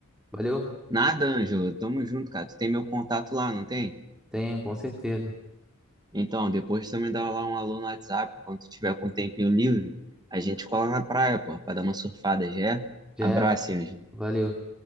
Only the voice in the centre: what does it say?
Valeu?
Tenho, com certeza.
Já
é.
Valeu.